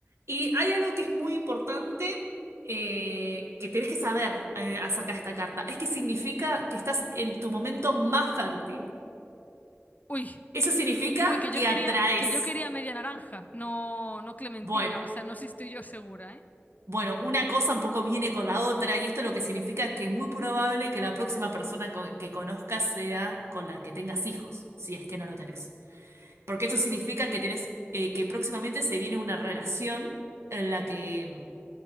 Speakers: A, on the right (about 75°); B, on the left (about 35°).
A: Y hay algo que es muy importante eh, que tenés que saber eh, acerca de esta carta. Es que significa que estás en tu momento más fértil.
B: Uy,
A: Eso significa
B: uy, que
A: que
B: yo quería,
A: atraes.
B: que yo quería media naranja, no, no clementina.
A: Bueno,
B: O sea, no sé si estoy yo segura, ¿eh?
A: bueno, una cosa un poco viene con la otra y esto lo que significa es que es muy probable que la próxima persona co- que conozcas sea con la que tengas hijos, si es que no lo tenés. Porque esto significa que tenés, eh, que próximamente se viene una relación en la que